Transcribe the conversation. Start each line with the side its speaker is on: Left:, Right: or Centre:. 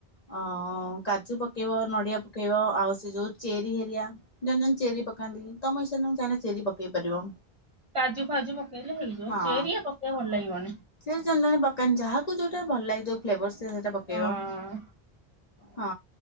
Left: ଅ କାଜୁ ପକେଇବ ନଡ଼ିଆ ପକେଇବ ଆଉ ସେ ଯୋଉ ଚେରି ହେରିଆ ଜଣେ ଜଣେ ଚେରି ପକାନ୍ତି ତମେ ଇସ ତମେ ଚାହିଁଲେ ଚେରି ପକେଇ ପାରିବ।
Right: କାଜୁ ଫାଜୁ ପକେଇଲେ ହେଇଯିବ
Left: ହଁ
Right: ଚେରିଆ ପକେଇବ ଭଲ ଲାଗିବନି।
Left: ସେ ଜନ ଜଣେ ପକାନ୍ତି ଯାହାକୁ ଯୋଉଟା ଭଲ ଲାଗେ ଫ୍ଲେଭର ସେ ସେଇଟା ପକେଇବ।
Right: ହଁ।
Left: ହଁ।